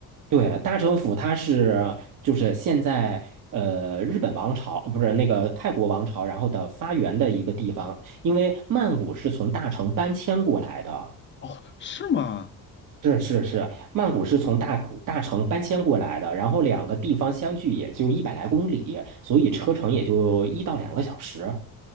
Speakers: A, on the right (about 50°); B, on the left (about 30°).
A: 对，大城府它是就是现在呃日本王朝不是那个泰国王朝，然后的发源的一个地方，因为曼谷是从大城搬迁过来的。
B: 哦，是吗？
A: 是是是，曼谷是从大大城搬迁过来的，然后两个地方相距也就一百来公里，所以车程也就一到两个小时。